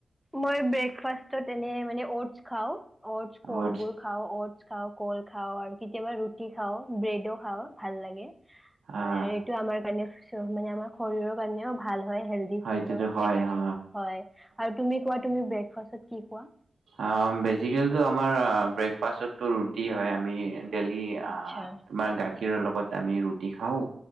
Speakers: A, in the centre; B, on the right.
A: মই ব্ৰেকফাষ্টত এনে মানটছ খাওঁ অ'টছ কলবোৰ
B: অ
A: খাওঁ অট খাওঁ কল খাঁও আৰু কেতিয়াবা ৰুটি খাওঁ ব্ৰেডো খাওঁ ভাল লাগে হয়
B: আহ
A: আৰু এইটো আমাৰ কাৰণে মানে আমাৰ শৰীৰৰ কাৰণেও ভাল হয় হেলডি
B: হয়টোতো
A: ফুড হয় সেইকাৰণে
B: অ
A: হয় আৰু তুমি কোৱা তুমি ব্ৰেকফাষ্টত কি কোৱা
B: অঁ বেজিভাগতো আমাৰ ব্ৰেকফাষ্টতো ৰুটি হয় আমি ডেলি
A: আচ্ছা
B: অঁ তোমাৰ গা গাখীৰৰ লগত আমি ৰুটি খাওঁ